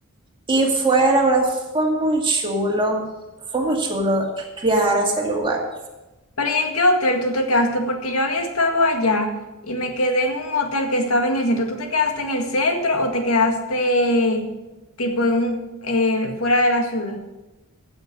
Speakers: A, on the right (about 25°); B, on the left (about 80°).
A: y fue, la verdad, fue muy chulo. Fue muy chulo viajar a ese lugar.
B: Pero ¿y en qué hotel tú te quedaste? Porque yo había estado allá y me quedé en un hotel que estaba en el centro. ¿Tú te quedaste en el centro o te quedaste tipo en un eh, fuera de la ciudad?